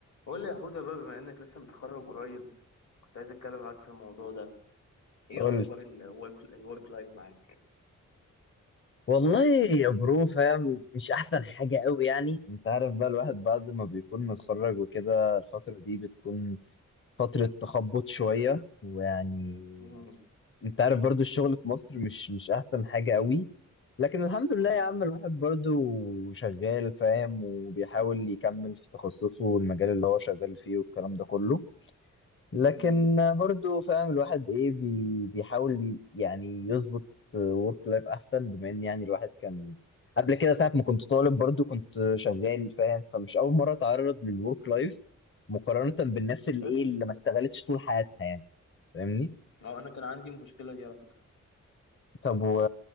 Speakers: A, on the left; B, on the left.
A: قول لي يا حودة بقى بما انك لسه متخرج قريب كنت عايز اتكلم معاك في الموضوع ده ايه
B: قول
A: اخبار الورك الورك لايف معاك
B: والله يا برو فاهم مش احسن حاجه قوي يعني انت عارف بقى الواحد بعد ما بيكون متخرج وكده الفترة دي بتكون فترة تخبط شوية ويعني
A: مم،
B: انت عارف برضو الشغل في مصر مش مش احسن حاجة قوي لكن الحمد لله
A: مم،
B: يا عم الواحد برضو شغال فاهم وبيحاول يكمل في تخصصه والمجال اللي هو شغال فيه والكلام ده كله لكن
A: مم.
B: برضه فاهم الواحد ايه بي بيحاول يعني يظبط ورك لايف احسن بما ان يعني الواحد كان قبل كده ساعة ما كنت طالب برضه كنت شغال فاهم فمش اول مرة اتعرض للورك لايف مقارنة بالناس اللي
A: حلو
B: ايه اللي ما اشتغلتش طول حياتها يعني فاهمني
A: اه انا كان عندي المشكله دي على فكره
B: طب و